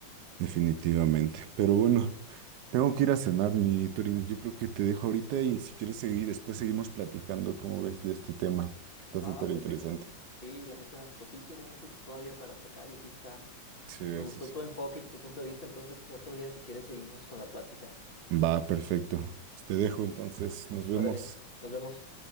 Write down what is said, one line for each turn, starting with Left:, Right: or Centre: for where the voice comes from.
Right: definitivamente. Pero bueno, tengo que ir a cenar, mi Turín. Yo creo que te dejo ahorita y si quieres seguir, después seguimos platicando, ¿cómo ves de este tema? Que está súper
Left: Va, va,
Right: interesante.
Left: perfecto. Sí, la neta, pues sí, tiene mucho todavía para sacar y sí está.
Right: Sí,
Left: Me gustó
Right: sí, sí.
Left: tu enfoque y tu punto de vista. Entonces, otro día, si quieres, seguimos con la plática.
Right: Va, perfecto. Pues Te dejo, entonces, nos vemos.
Left: Órale, nos vemos.